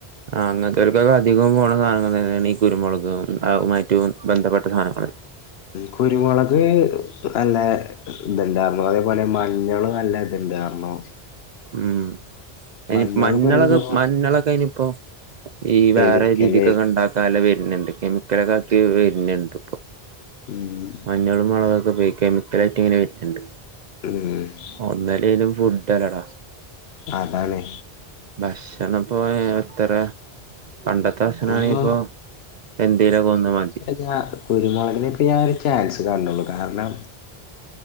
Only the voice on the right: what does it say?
ഉ ആ അങ്ങനത്തെവർക്കൊക്കെ അധികം പോകണ സാധനങ്ങൾ തന്നെയാണ് ഈ കുരുമുളക് റ്റവും ബന്ധപ്പെട്ട സാധനങ്ങള
ഉം അയ്ന്
മഞ്ഞളൊക്കെ
മഞ്ഞളൊക്കെ അയ്ന്പ്പം ഈ
വേറെ രീതിക്കൊക്കെണ്ടാക്ക് തല വെര്ന്ണ്ട് കെമിക്കലാക്കി വെര്ന്ണ്ട്
മഞ്ഞളും മൊളകൊക്കെ പോയ് കെമിക്കലായ്ട്ട്ങ്ങെനെ വെര്ന്ണ്ട്
ഒന്നല്ലേലും ഫുഡ്ഡല്ലടാ
ഭക്ഷണം പ്പോ എത്രെ പണ്ടത്തെ ഭക്ഷണാണെ
ഇപ്പൊ എന്തേലും ഒക്കൊന്ന് മതി